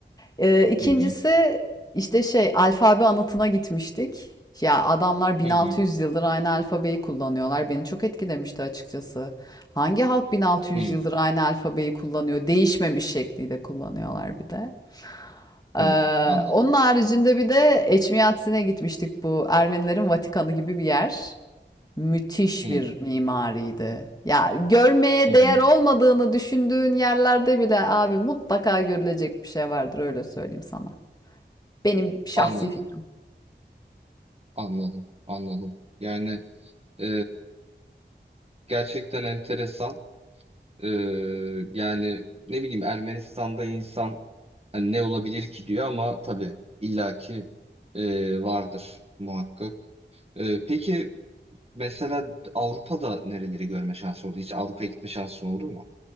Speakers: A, on the left; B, on the right.
A: Ee, İkincisi
B: hı hı,
A: işte şey alfabe anıtına gitmiştik. Ya adamlar 1600
B: hı hı,
A: yıldır aynı alfabeyi kullanıyorlar. Beni çok etkilemişti açıkçası. Hangi halk 1600
B: hı
A: yıldır aynı alfabeyi kullanıyor? Değişmemiş şekliyle kullanıyorlar bir de. Ee,
B: hı. Anladım.
A: onun haricinde bir de Eçmiyatsi'ne gitmiştik bu Ermenilerin Vatikanı gibi bir yer. Müthiş
B: Hı
A: bir mimariydi. Ya görmeye
B: hı, hı.
A: değer olmadığını düşündüğün yerlerde bile abi mutlaka görülecek bir şey vardır öyle söyleyeyim sana. Benim şahsi
B: Anladım,
A: fikrim.
B: anladım, anladım. Yani e, gerçekten enteresan. E, yani ne bileyim Ermenistan'da insan hani ne olabilir ki diyor ama tabii illaki e, vardır muhakkak. E, peki mesela Avrupa'da nereleri görme şansı oldu? Hiç Avrupa'ya gitme şansın oldu mu?